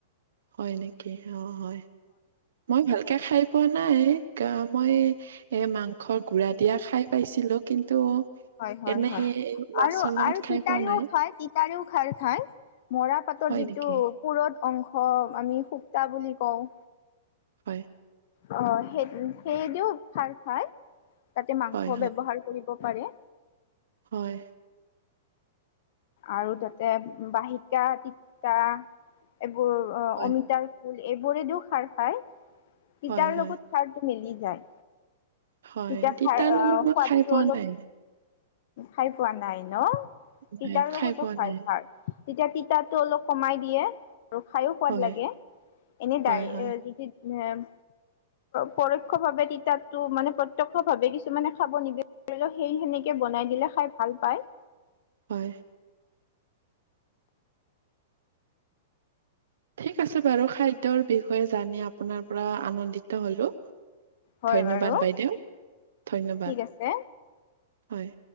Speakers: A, on the right; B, on the left.
A: হয়ঁ নেকি অঁ হয় মই ভালকে খাই পোৱা নাই মই- এ মাংসৰ গুড়া দিয়া খাই পাইছিলো কিন্তু-
B: হয়ঁ, হয়ঁ,
A: এনে
B: হয়ঁ।
A: মাছৰ
B: আৰু
A: লগত
B: আৰু
A: খাই
B: তিতাৰিও
A: পোৱা নাই
B: খায় তিতাৰিও খাৰ খায় মৰা পাতৰ
A: হয়
B: যিটো-
A: নেকি
B: পোৰত অংশ আমি সুকতা বুলি কওঁ।
A: হয়ঁ!
B: অঁ' সেই সেইদিও খাৰ খায় তাতে মাংস
A: হয়
B: ব্যৱহাৰ কৰিব পাৰে।
A: হয়ঁ!
B: আৰু তাতে বাহিকা তিতা এইবোৰ
A: হয়
B: অমিতাৰ- এইবোৰে দিয়ো খাৰ খায় তিতাৰ
A: হয় হয়
B: লগত খাৰতো মেলি যায়।
A: হয়
B: তেতিয়া
A: তিতাৰ
B: খাই
A: লগত
B: আহ
A: মই
B: সোৱাদটো
A: খাই পোৱা
B: অলপ
A: নাই
B: খাই পোৱা নাই নহ।
A: নাই
B: তিতা লগতো
A: পোৱা
B: খাই
A: নাই
B: খাৰ তেতিয়া তিতাতো অলপ কমাই দিয়ে। আৰু খাইয়ো সোৱাদ
A: হয়
B: লাগে এনে
A: হয়
B: ডাই
A: হয়
B: এ যদি এ- পৰোক্ষ ভাৱে তিতাতটো মানে প্ৰত্যক্ষ ভাৱে কিছুমানে খাব নিবি- ধৰি লওঁক সেই সিনিকে বনাই দিলে খাই ভাল পায়।
A: হয়ঁ। ঠিক আছে বাৰু খাদ্যৰ বিষয়ে জানি আপোনাৰ পৰা আনন্দিত হ'লোঁ।
B: হয়
A: ধন্যবাদ
B: বাৰু
A: বাইদেউ ধন্যবাদ
B: ঠিক আছে
A: হয়ঁ।